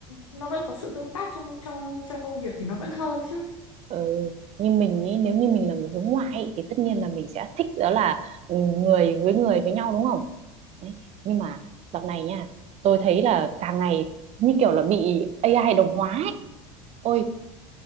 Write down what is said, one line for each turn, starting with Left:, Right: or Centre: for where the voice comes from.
Left: nó vẫn có sự tương tác trong trong trong công việc thì nó vẫn hơn chứ
Right: Ừ. Như mình ý, nếu như mình là người hướng ngoại ý, thì tất nhiên là mình sẽ thích đó là ừ, người với người với nhau đúng không? Đấy. Nhưng mà dạo này nha, tôi thấy là càng ngày như kiểu là bị AI đồng hóa ấy. Ôi